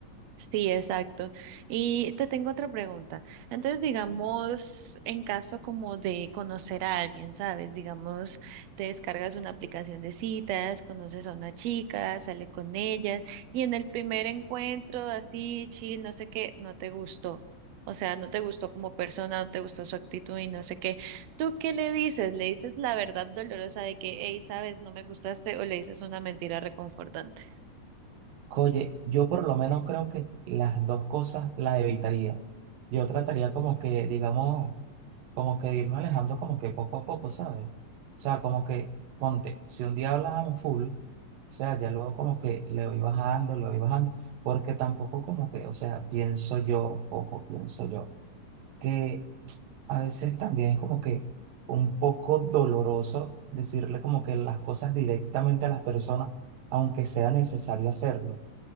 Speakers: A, on the right; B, on the right.
A: Sí, exacto. Y te tengo otra pregunta. Entonces, digamos, en caso como de conocer a alguien, ¿sabes? Digamos, te descargas una aplicación de citas, conoces a una chica, sale con ella, y en el primer encuentro, así, chill, no sé qué, no te gustó. O sea, no te gustó como persona, no te gustó su actitud y no sé qué. ¿Tú qué le dices? ¿Le dices la verdad dolorosa de que, hey, sabes, no me gustaste o le dices una mentira reconfortante?
B: Oye, yo por lo menos creo que las dos cosas las evitaría. Yo trataría como que, digamos, como que irme alejando como que poco a poco, ¿sabes? O sea, como que, ponte, si un día hablábamos full, o sea, ya luego como que le voy bajando, le voy bajando, porque tampoco como que, o sea, pienso yo, poco pienso yo. que a veces también es como que un poco doloroso decirle como que las cosas directamente a las personas, aunque sea necesario hacerlo,